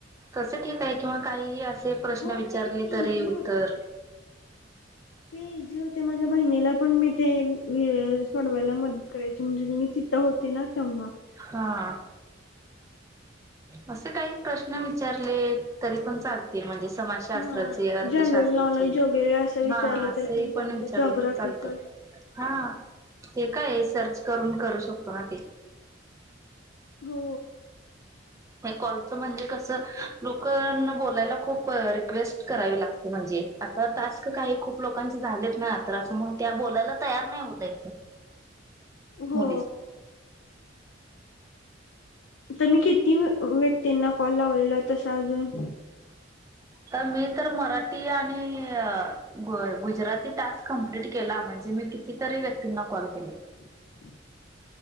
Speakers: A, on the right; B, on the left.
A: तस ठीक आहे किंवा काहीही असे प्रश्न
B: हो ते
A: विचारले
B: इझी
A: तरी
B: होते
A: उत्तर
B: ते इझी होते माझ्या बहिणीला पण मी ते सोडवायला मदत करायची म्हणजे मी ति होते ना ते्हा
A: हा. असे काही प्रश्न विचारले तरी पण चाल त म्हणजे समाजशास्त्राचे
B: हा
A: अर्थशास्त्राचे
B: जनरल नॉलेज वगैरे असं विचारलं
A: हा असंही
B: तरी चालते
A: पण विचारलं
B: जॉग्राफिकल.
A: तर चालत हा ते काय सर्च करून करू शकतो ना ते
B: हो
A: हे कॉलचं म्हणजे कसं लोकना बोलायला खूप रिक्वेस्ट करावी लागते ते म्हणजे आता टास्क काही खूप लोकांचे झालेत ना तर असं मण त्या बोलायला तयार नाही होत आहेत
B: हो
A: मुली
B: तर मी किती व्यक्तींना कॉल लावलेला तसा अजून
A: तर मी तर मराठी आणि ग गुजराती टास्क कंप्लीट केला म्हणजे मी कितीतरी व्यक्तींना कॉल केले
B: <inaudible>